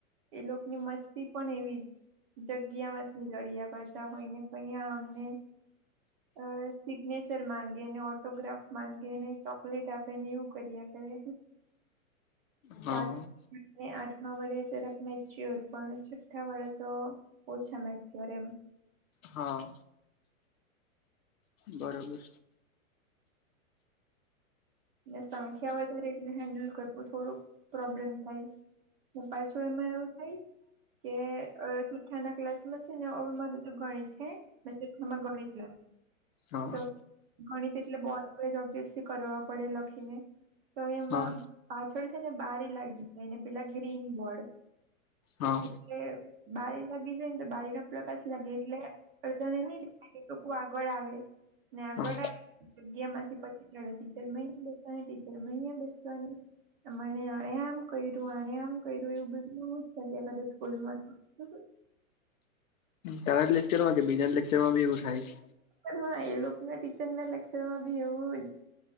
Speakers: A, on the right (about 40°); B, on the left (about 70°).
A: એ લોકો ની મસ્તી પણ એવી જ. જગ્યા માંથી લડ્યા કરતા હોઈને કયા અમને. અ સિગ્નેચર માંગે અનેને. ફોટોગ્રાફ માંગેને ચોકલેટ આપે ને એવું કર્યા કરે.
B: હા.
A: સાત આઠમા વડે જરાક મેચી પણ છઠ્ઠા વડે તો. ઓછા મેચ્યારે એમ.
B: હા. બરોબર.
A: એલે સંખ્યા વધારે એટલે હેન્ડલ કરવું થોડુંક પ્રોબ્લેમ થાય. પાછું એમાં એવું થાય. કે છોઠ્ઠા ના ક્લાસ માં છે નેવે મા તો ગણી છે. મેામાં ગણિત લ
B: હા
A: તો ગણિત એટલે બોર્ડ પડે ઓબ્વિયસલી કરવા. પડે લખીને. તો એમાં
B: હા
A: પાછળ છે ને બારી લાગી એને પેલા ગ્રીન બોર્ડ.
B: હા
A: એટલે બારી લાગી જાય ને તો બારી ના પ્રકાશ લાગે એટલે. અધાને નહી લેવા એ લોકો આગળ આવે. ને
B: હા
A: આગળ જગ્યા માંથી પછી લડતી. ચ મૈયા બેસવાણી ટીચરમૈયા બેસ્વાણી. મને આણે આમ કર્યું આ આમ કર્યું એવું બધું બ જ કદા સ્કૂલમાં. <inaudible>
B: તારા લેક્ચરમાં કે બી લેક્ચરમાં એવું થાય છે.
A: હા એ લોકો ના ટીચર ના લેક્ચરમાં બી એવું જ.